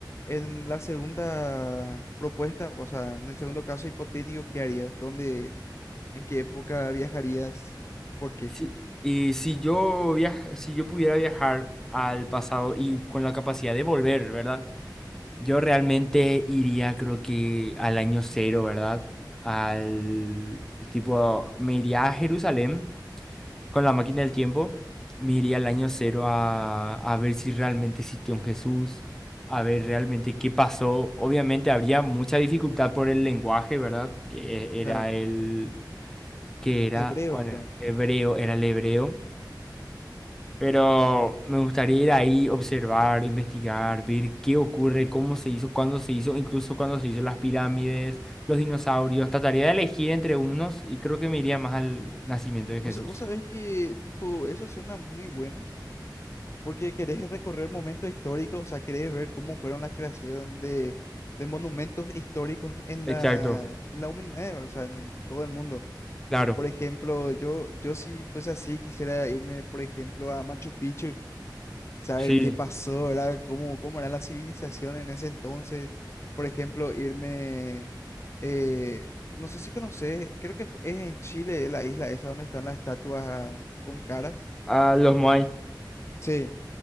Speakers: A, on the left; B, in the centre.
A: en la segunda propuesta, o sea, en el segundo caso hipotético, ¿qué harías? ¿Dónde, en qué época viajarías? ¿Por qué?
B: sí y si yo viaj- si yo pudiera viajar al pasado y con la capacidad de volver, ¿verdad? Yo realmente iría, creo que al año cero, ¿verdad? Al tipo, me iría a Jerusalén con la máquina del tiempo, me iría al año cero a, a ver si realmente existió un Jesús, a ver realmente qué pasó. Obviamente habría mucha dificultad por el lenguaje, ¿verdad? Que era
A: Claro,
B: el, que era,
A: hebreo,
B: ¿cuál
A: creo.
B: era? Hebreo, era el hebreo. Pero me gustaría ir ahí, observar, investigar, ver qué ocurre, cómo se hizo, cuándo se hizo, incluso cuándo se hizo las pirámides, los dinosaurios. Trataría de elegir entre unos y creo que me iría más al nacimiento de Jesús.
A: Vos, vos sabés que, tipo, eso suena muy bueno, porque querés recorrer momentos históricos, o sea, querés ver cómo fueron la creación de, de monumentos históricos en
B: Exacto,
A: la, en la humanidad, ¿verdad? o sea, en, en todo el mundo.
B: claro.
A: Por ejemplo, yo, yo si fuese así, quisiera irme, por ejemplo, a Machu Picchu saber
B: Sí,
A: qué pasó, ¿verdad? ¿Cómo, cómo era la civilización en ese entonces? Por ejemplo, irme, eh, no sé si conoces, creo que fu- es en Chile, la isla esa donde están las estatuas con caras.
B: a los Moai.
A: Sí,